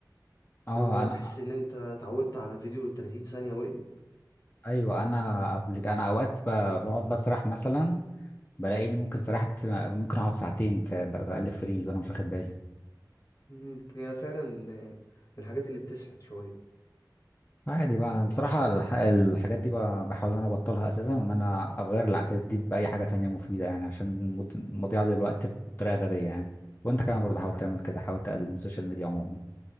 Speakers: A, on the left; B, on the left.
A: فاهم
B: اه
A: اللي هو
B: انا
A: بتحس إن أنت اتعودت على فيديو 30 ثانية واقلب
B: ايوه انا قبل انا اوقات ب- بقعد بسرح مثلا بلاقيني ممكن سرحت ممكن اقعد ساعتين ف- ب- بقلب في ريل وانا مش واخد بالي
A: مم. هي فعلا آه، من الحاجات اللي بتسحب شوية
B: عادي بقى انا بصراحه الح- الحاجات دي ب- بحاول ان انا ابطلها اساسا وان انا اغير العادات دي باي حاجه تانية مفيده يعني عشان مض- مضيعه للوقت بطريقه غبيه يعني وانت كمان برضه حاول تعمل كده حاول تقلل من السوشيال ميديا عموما